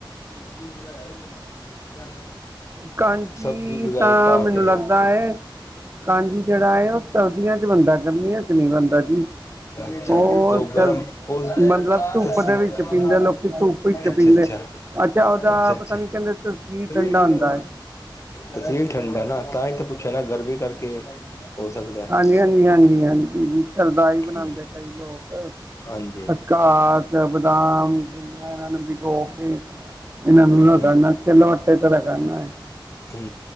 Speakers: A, on the left (about 35°); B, on the right (about 30°).
A: <unintelligible>
B: ਕਾਂਜੀ
A: ਸਬਜ਼ੀ ਵਗੈਰਾ
B: ਤਾਂ
A: ਪਾ
B: ਮੈਨੂੰ
A: ਕੇ
B: ਲੱਗਦਾ ਐ, ਕਾਂਜੀ ਜੇਹੜਾ ਐ। ਸਰਦੀਆਂ ਚ ਬੰਦਾ ਗਰਮੀਆਂ ਚ ਨੀ ਬਨਦਾ ਜੀ।
A: ਅੱਛਾ
B: ਉਹ
A: ਜੀ, ਤੇ ਔਹ ਗਰਮ
B: ਚਲ
A: ਔਹ
B: ਮਤਲਬ ਧੁੱਪ
A: ਦੱਸੀ
B: ਦੇ ਵਿੱਚ
A: ਅੱਛਾ-
B: ਪੀਂਦੇ ਲੋਕੀ ਧੁੱਪ ਵਿੱਚ ਪੀਂਦੇ
A: ਅੱਛਾ। ਅੱਛਾ-ਅੱਛਾ
B: ਅੱਛਾ ਉਹਦਾ ਪਤਾ ਨੀ ਕਹਿੰਦੇ ਤਸੀਰ
A: ਏਹ
B: ਠੰਡਾ
A: ਕੀ
B: ਹੁੰਦਾ
A: ਲਗਵਾ।
B: ਹੈ।
A: ਤਸੀਰ ਠੰਡਾ ਨਾ ਤਾਂ ਈ ਤਾਂ ਪੁੱਛਿਆ ਨਾ ਗਰਮੀ ਕਰਕੇ ਹੋ ਸਕਦਾ ਐ।
B: ਜੀ ਹਾਂਜੀ- ਹਾਂਜੀ, ਹਾਂਜੀ ਸਰਧਾਈ ਬਨਾਦੇ
A: ਹੂੰ
B: ਕਈ ਲੋਕ।
A: ਹਾਂਜੀ
B: ਖਚਕਾਸ, ਬਦਾਮ ਗਿਰੀਆਂ ਇਨਾ ਨੂੰ ਭਿਗੋ ਕੇ ਏਨਾਂ ਨੂੰ
A: ਹੂੰ
B: ਰਗੜਨਾ। ਤੇ <unintelligible> ਰਗੜਨਾ ਐ।
A: ਹੂੰ।